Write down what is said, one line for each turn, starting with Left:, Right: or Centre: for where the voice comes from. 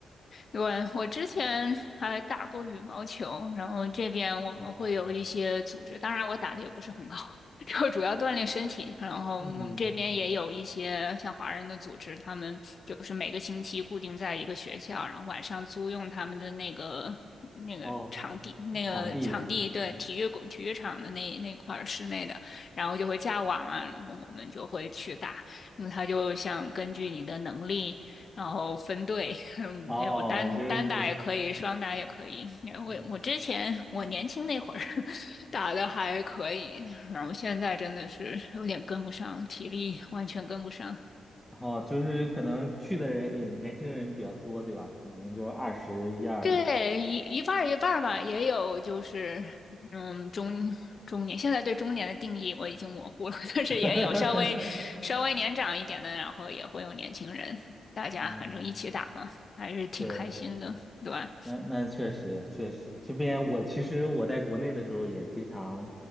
Left: 对，我之前还打过羽毛球，然后这边我们会有一些组织，
Centre: 哦，
Left: 当然我打的也不是很高，<laughs> 就主要锻炼身体。然后我们这边也有一些像华人的组织，
Centre: 嗯，
Left: 他们就是每个星期固定在一个学校，然后晚上租用他们的那个那个场地，
Centre: 哦，
Left: 那个场地对体育馆、
Centre: 场地，
Left: 体育场的那那块儿室内的，然后就会架网啊，我们就会去打。那么他就想根据你的能力。然后分队，<laughs> 嗯，
Centre: 哦，
Left: 有单单打也可以，
Centre: 就是，
Left: 双打也可以。我我之前我年轻那会儿
Centre: 嗯
Left: <laughs> 打的还可以，然后现在真的是有点跟不上，体力完全跟不上。
Centre: 哦，就是可能去的人也年轻人比较多，对吧？可能就二十一二的。
Left: 对，一一半儿一半儿吧，也有就是，嗯，中中年，现在对中年的定义我已经模糊了，<laughs>
Centre: <laughs>
Left: 但是也有稍微稍微年长一点的，然后也会有年轻人，大家反正一起打嘛，
Centre: 嗯，
Left: 还是挺开心的，
Centre: 对。
Left: 对吧？
Centre: 那那确实确实，这边我其实我在国内的时候也经常